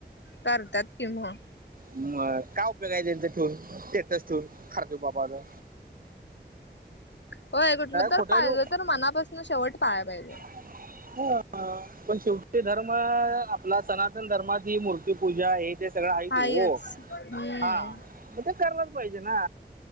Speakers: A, on the left; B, on the right.
A: करतात की म
B: मग काय उपयोग आय त्यांचा स्टेटस ठेऊन,, तेटच ठून, खारदूपापाचा.
A: होय कुठलं तर
B: खोट्यावानी
A: पाहिजे तर मनापासून शेवट पाळाय पाहिजे.
B: <inaudible> पण शेवटी धर्म, आपला सनातन धर्मात ही मूर्तीपूजा हे. ते सगळं आहे च
A: हायच
B: हो,
A: हम्म
B: हा, मग ते करायच पाहिजे ना.